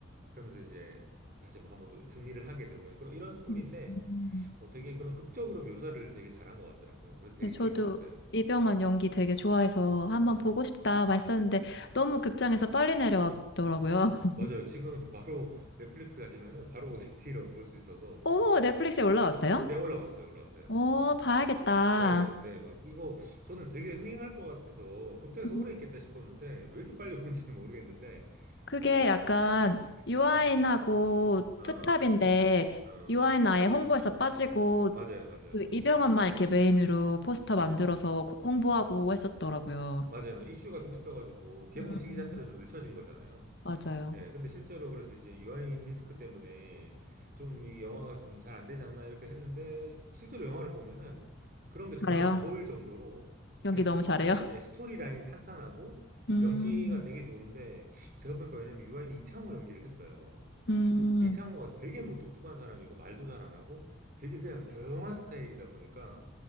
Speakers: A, on the right; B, on the left.
A: 그러면서 이제 다시 뭐 한번 또 승리를 하게 되고 막 그런 이런 스토리인데
B: 음.
A: 뭐 되게 그런 극적으로 묘사를 되게 잘한 것 같더라고요. 그래서 되게
B: 네, 저도
A: 재밌게 봤어요.
B: 이병헌 연기 되게 좋아해서 한번
A: 음.
B: 보고 싶다 말했었는데 너무 극장에서 빨리 내려왔더라고요. <laughs>
A: 맞아요. 지금 <laughs> 바로 넷플릭스 가시면은 바로 <laughs> 오디티로 볼 수 있어서
B: 오, 넷플릭스에 올라왔어요?
A: 네, 올라왔어요. 올라왔어요.
B: 오, 봐야겠다.
A: 네, 네, 막 이거 저는 되게 흥행할 것 같아서 극장에서
B: 음.
A: 오래 있겠다 싶었는데 왜 이렇게 빨리 <laughs> 오는지는 모르겠는데
B: 그게
A: 어,
B: 약간
A: 네.
B: 유아인하고
A: 아,
B: 투탑인데
A: 어,
B: 유아인 아예 홍보에서 빠지고
A: 맞아요, 맞아요.
B: 그 이병헌만
A: 이,
B: 이렇게 메인으로 포스터 만들어서 고- 홍보하고
A: 음,
B: 했었더라고요.
A: 맞아요. 이슈가 좀 있어가지고 개봉
B: 음.
A: 시기 자체도 좀 늦춰진 거잖아요.
B: 맞아요.
A: 예, 근데 실제로 그래서 이제 유아인 리스크 때문에 좀 이 영화가 좀 잘 안 되지 않나 이렇게 했는데 실제로 영화를 보면은 그런 게 전혀
B: 잘해요.
A: 안 보일 정도로 그냥
B: 연기
A: 스토,
B: 너무 잘해요.
A: 예, 스토리 라인이 탄탄하고
B: <laughs> 음,
A: 연기가 되게 좋은데 제가 보니까 왜냐면 유아인이 이창호 연기를 했어요.
B: 음,
A: 근데 이창호가 되게 무뚝뚝한 사람이고 말도 잘 안 하고 되게 그냥 조용한 스타일이다 보니까